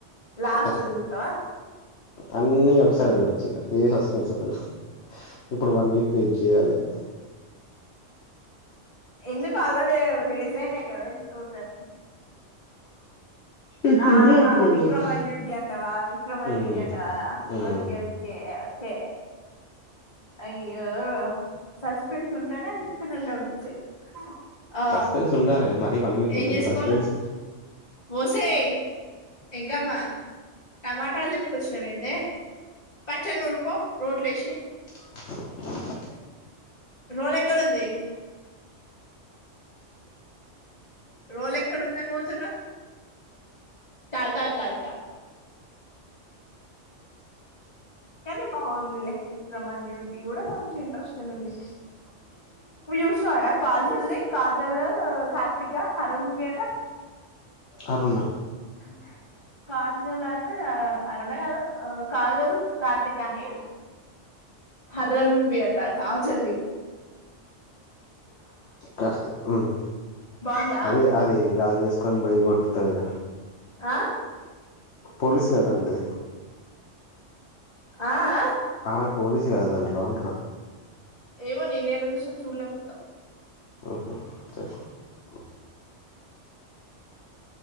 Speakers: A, on the left; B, on the left.
A: లాస్ట్
B: కతం.
A: చూస్తావా
B: అన్నీ ఒకసారి చూడొచు ఇగా ఏ సస్పెన్స్ ఉండదు. ఇప్పుడు వన్ వీక్ వెయిట్ చేయాలే. <inaudible>
A: ఎందుకు ఆల్రెడీ రిలీజ్ అయినాయి కదా ఇప్పుడు చూస్తది.
B: ఇక్కడ్నే
A: ఆహా
B: అంటున్నావు
A: విక్రమాన్
B: కదా
A: డ్యూటీ అంటావా విక్రమాన్
B: హ్మ్
A: డ్యూటీ అంటావా
B: హ్మ్
A: ఓకే ఓకే. కే. అయ్యో సస్పెన్స్ ఉంటనే ఇప్పు నల ఉంటది. ఆ
B: సస్పెన్స్ ఉండాలిగా మరీ వన్ వీక్
A: ఏం
B: ఉండదు
A: చేసుకోను
B: సస్పెన్స్
A: ఒసేయ్. ఎంకామ్మా. టమాటాలు దెంపుకోచినవేందే పచ్చడ నురుపో రోట్లో ఏశీ.
B: <inaudible>
A: రోల్ ఎక్కడ ఉంది. రోల్ ఎక్కడ ఉందని పోతున్నావ్. టాటా దడ. కనీం. బాగుందిలే విక్రమాన్ డ్యూటీ కూడా కొంచం ఇంట్రెస్టింగ్ ఉంది. చూతవర Kajal the Kajal Karthika horror movie అట్ట.
B: అరున్న.
A: <inaudible> కాజల్ అండ్ అరుణ కాదు కాజల్ కార్తిక అని. హర్రర్ మూవీ అట కాజల్ ది.
B: చిప్రాస్పిటల్ ఉమ్
A: బాగుందా
B: అది అదది గాజులు ఏసుకొని పోయి కొట్. పోతది.
A: ఆ.
B: పోలీస్ లేదా దాంట్లో.
A: ఆ ఆ.
B: ఆమె పోలీసు కదా దాంట్లో అంటున్నా.
A: ఏమో నేను ఏడ చూసిన చూడలే మొత్తం.
B: ఉహు చేసిన మంచిది.